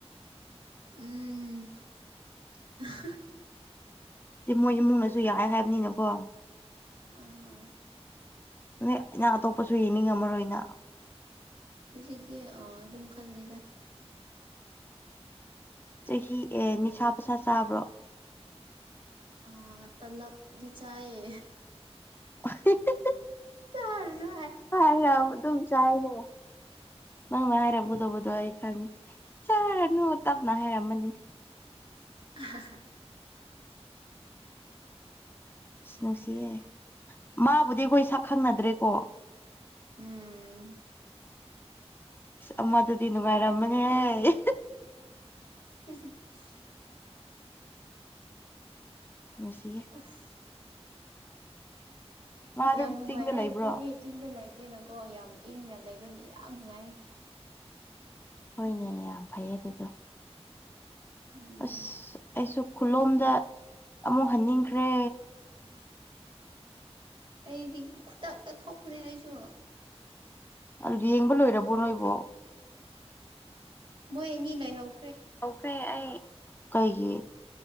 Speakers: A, on the right; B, on the left.
A: ꯎꯝ <unintelligible>
B: ꯇꯤꯃꯣꯏ ꯏꯃꯨꯡꯅꯁꯨ ꯌꯥꯑꯦ ꯍꯥꯏꯕꯅꯤꯅꯀꯣ
A: ꯑꯥ
B: ꯅꯩ ꯅꯪ ꯑꯇꯣꯞꯄꯁꯨ ꯌꯦꯡꯅꯤꯡꯉꯝꯃꯔꯣꯏꯅ
A: ꯍꯧꯖꯤꯛꯇꯤ ꯑ ꯑꯗꯨꯝ ꯈꯜꯂꯤꯗ
B: ꯆꯍꯤ ꯑꯦ ꯅꯤꯁꯥ ꯄꯁꯥ ꯆꯥꯕ꯭ꯔꯣ
A: ꯑꯥ ꯇꯥꯂꯞꯗꯤ ꯆꯥꯏꯌꯦ
B: <unintelligible>
A: ꯇꯥꯔꯨꯅꯨ
B: ꯍꯥꯏꯔ ꯑꯗꯨꯝ ꯆꯥꯏꯅꯦ ꯅꯪꯅ ꯍꯥꯏꯔꯝꯒꯗꯕꯗꯣ ꯑꯩ ꯈꯪꯉꯦ ꯆꯥꯔꯅꯨ ꯇꯞꯅ ꯍꯥꯏꯔꯝꯃꯅꯤ
A: <unintelligible>
B: ꯅꯨꯁꯤꯌꯦ ꯃꯥꯕꯨꯗꯤ ꯑꯩꯈꯣꯏ ꯁꯛ ꯈꯪꯅꯗ꯭ꯔꯦꯀꯣ
A: ꯎꯝ
B: ꯑꯃꯗꯨꯗꯤ ꯅꯨꯡꯉꯥꯏꯔꯝꯃꯅꯦꯍꯦ
A: <unintelligible>
B: ꯅꯨꯡꯁꯤꯌꯦ
A: <inaudible>
B: ꯃꯥ ꯑꯗꯨꯝ
A: ꯌꯥꯝ ꯅꯨꯡꯉꯥꯏꯔꯦ
B: ꯆꯤꯡꯗ ꯂꯩꯕ꯭ꯔꯣ
A: ꯑꯩꯈꯣꯏꯗꯤ ꯆꯤꯡꯗ ꯂꯩꯕꯅꯤꯅꯀꯣ ꯌꯥꯝ ꯏꯪꯅ ꯂꯩꯕꯗꯤ ꯌꯥꯝ ꯅꯨꯡꯉꯥꯏꯔꯦ
B: ꯍꯣꯏꯅꯦ ꯌꯥꯝ ꯐꯩ ꯑꯗꯨꯗꯣ
A: ꯎꯝ
B: ꯑꯁ ꯑꯩꯁꯨ ꯈꯨꯂꯣꯝꯗ ꯑꯃꯨꯛ ꯍꯟꯅꯤꯡꯈ꯭ꯔꯦ
A: ꯑꯩꯗꯤ ꯈꯨꯗꯛꯇ ꯊꯣꯛꯄꯅꯦ ꯑꯩꯁꯨ
B: ꯑꯗꯨꯗꯤ ꯌꯦꯡꯕ ꯂꯣꯏꯔꯕꯣ ꯅꯣꯏꯕꯣ
A: ꯃꯣꯏ ꯑꯦꯅꯤ ꯂꯩꯍꯧ
B: ꯍꯧꯈ꯭ꯔꯦ ꯑꯩ ꯀꯩꯒꯤ